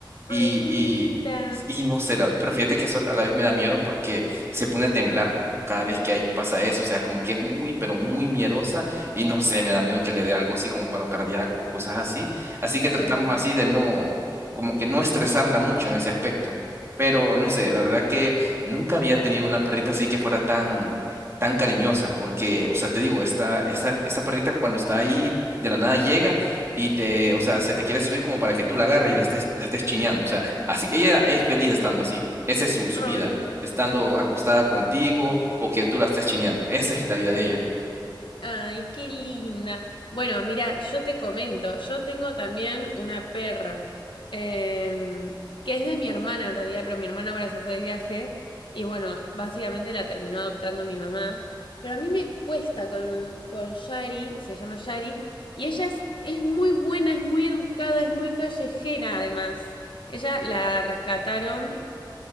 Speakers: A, on the right; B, on the left.
A: y,
B: Ay, pobrecita.
A: y, y no sé, la- pero fíjate que eso a la vez me da miedo porque se pone a temblar cada vez que ahí pasa eso. O sea, como que es muy, pero muy miedosa y no sé, me da miedo que le dé algo así como paro cardíaco o cosas así. Así que tratamos
B: Ay, no.
A: así de no, como que no estresarla mucho en ese aspecto. Pero no sé, la verdad que nunca había tenido una perrita así que fuera tan, tan cariñosa porque, o sea, te digo, esta, esta, esta perrita cuando está ahí... De la nada llega y te, o sea, se te quiere subir como para que tú la agarres y la estés, la estés chineando. O sea, así, ella es feliz estando así. Esa es su, su
B: Ay,
A: vida, estando acostada contigo o que tú la estés chineando. Esa es la vida de ella. <laughs>
B: Ay, qué linda. Bueno, mira, yo te comento, yo tengo también una perra, eh, que es de mi hermana en realidad, pero mi hermana ahora se fue de viaje y bueno, básicamente la terminó adoptando mi mamá. Pero a mí me cuesta con, con Shari, se llama Shari, y ella es, es muy buena, es muy educada, es muy callejera además. Ella la rescataron